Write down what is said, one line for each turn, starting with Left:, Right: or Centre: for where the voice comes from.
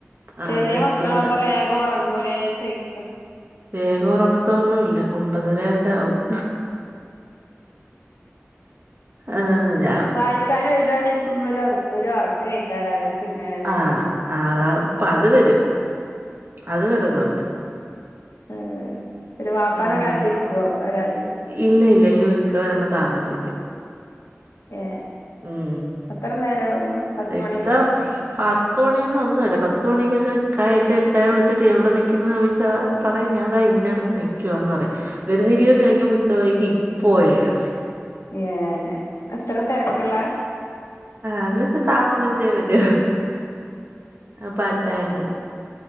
Right: ആ
Left: ചെറിയ
Right: അത് എനിക്കിവിടെ
Left: മക്കളാാവുമ്പോ ബേഗം ഉറങ്ങു ലേ ചോയിക്ക.
Right: വേഗം ഉറങ്ങത്തൊന്നുല്ല ഒമ്പതരയൊക്കെ ആവും. ആഹ് ഞാ
Left: വായിക്കാനും എഴുതാന ഇരിക്കുമ്പരും അവർക്കും ഒരു ഉറക്ക കേക്കാരുംഅവർക്ക് ഇങ്ങനെ വരും.
Right: ആഹ് അതാ അത് വരും അത് വരുന്നുണ്ട്.
Left: ഉം ഉം ഒരു വാപ്പാന
Right: ഉം
Left: കാത്തിരിക്കുവോ വരാ ന്.
Right: ഇല്ല ഇല്ല അയ്യോ ഇക്ക വരുമ്പോ താമസിക്കും.
Left: ഏ
Right: ഉം
Left: അത്ര നേരം പത്ത്
Right: ഇക്ക
Left: മണിയൊക്കെ ആവേ
Right: പത്തുമണിയൊന്നും ഒന്നും അല്ല പത്തുമണിക്ക് ഒക്കായ എൻന്റെറെ ഒക്കായെ വിളിച്ചിട്ട് എവിടെ നൽക്കുന്നന്ന് ചോദിച്ചാ പറയും ഞാൻതാ ഇന്ന അടുത്ത് നിൽക്കുവാന്ന് പറയും. വരുന്നി േല്ലന്ന് ചോയിക്കുമ്പോ ഇക്ക പറയും ഇപ്പോയാ?
Left: ഏർ അത്ര തിരക്കുള്ള
Right: അത് വെച്ച് താമസിച്ചേ വരൂ ആ പ േണ്ട അങ്ങന.